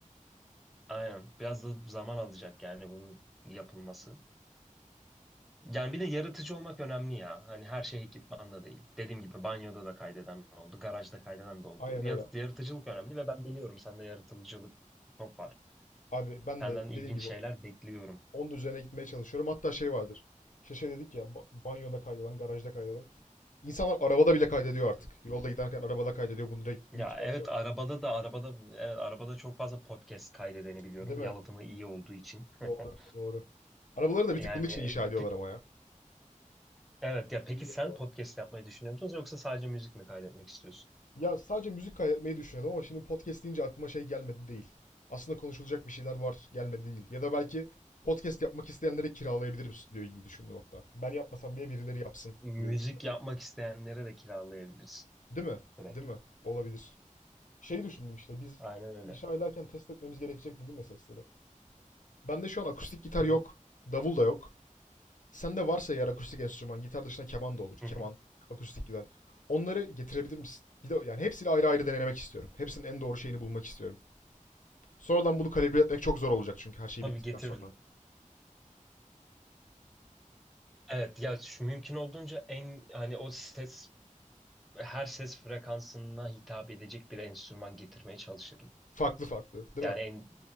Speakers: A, in the centre; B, on the left (about 70°).
A: Aynen. Biraz da zaman alacak yani bunun yapılması. Yani bir de yaratıcı olmak önemli ya. Hani her şey ekipmanla değil. Dediğim gibi banyoda da kaydeden oldu, garajda kaydeden de oldu.
B: Aynen
A: Yat-
B: öyle.
A: Yaratıcılık önemli ve ben biliyorum sende yaratıcılık çok var.
B: Abi ben
A: Senden
B: de
A: ilginç
B: dediğim gibi
A: şeyler bekliyorum.
B: onun üzerine gitmeye çalışıyorum. Hatta şey vardır. İşte şey dedik ya ba- banyoda kaydeden, garajda kaydeden. İnsanlar arabada bile kaydediyor
A: Hı
B: artık.
A: hı.
B: Yolda giderken arabada kaydediyor. Bunu direkt
A: Ya
B: YouTube'a
A: evet
B: atıyor.
A: arabada da arabada evet arabada çok fazla podcast kaydedeni biliyorum.
B: Değil mi?
A: Yalıtımı iyi olduğu için.
B: Doğru,
A: <laughs>
B: doğru. Arabaları da bir
A: Yani
B: tık bunun için inşa ediyorlar ama ya.
A: Evet ya peki
B: İyi
A: sen
B: yapıyorlar.
A: podcast yapmayı düşünüyor musun yoksa sadece müzik mi kaydetmek istiyorsun?
B: Ya sadece müzik kaydetmeyi düşünüyordum ama şimdi podcast deyince aklıma şey gelmedi değil. Aslında konuşulacak bir şeyler var gelmedi değil. Ya da belki podcast yapmak isteyenlere kiralayabilirim stüdyoyu gibi düşündüm hatta. Ben yapmasam bile birileri yapsın
A: Müzik
B: gibi düşündüm.
A: yapmak isteyenlere de kiralayabilirsin
B: Değil mi?
A: direkt.
B: Değil mi? Olabilir. Şey düşündüm işte biz
A: Aynen öyle.
B: inşa ederken test etmemiz gerekecek dedim ya sesleri. Bende şu an akustik gitar
A: Hı hı,
B: yok. Davul da yok. Sende varsa eğer akustik enstrüman, gitar dışında keman da olur. Keman,
A: hı hı.
B: akustik gitar. Onları getirebilir misin? Bir de yani hepsini ayrı ayrı denemek istiyorum. Hepsinin en doğru şeyini bulmak istiyorum. Sonradan bunu kalibre etmek çok zor olacak çünkü her şey
A: Tabii
B: bittikten
A: getiririm.
B: sonra.
A: Evet ya şu mümkün olduğunca en hani o ses her ses frekansına hitap edecek bir enstrüman getirmeye çalışırım.
B: Farklı farklı, değil
A: Yani
B: mi?
A: en